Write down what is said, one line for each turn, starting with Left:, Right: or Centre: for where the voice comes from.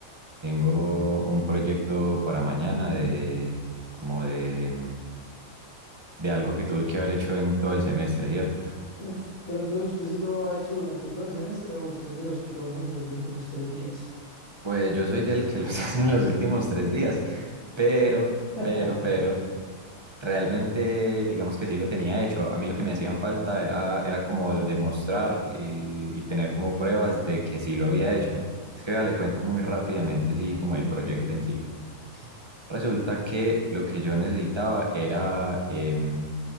Right: tengo un proyecto para mañana de como de, mm, de algo que tuve que haber hecho en todo el semestre, ¿cierto?
Left: Uf, pero entonces usted sí lo ha hecho durante todo el semestre o usted es de los que lo hacen los últimos tres días.
Right: Pues yo soy del que los <laughs> hace en los últimos tres días, pero,
Left: <laughs>
Right: pero, pero, realmente digamos que sí lo tenía hecho. A mí lo que me hacían falta era, era como demostrar y, y tener como pruebas de que sí lo había hecho. Es que vea, le cuento muy rápidamente, sí, como el proyecto en sí. Resulta que lo que yo necesitaba era em,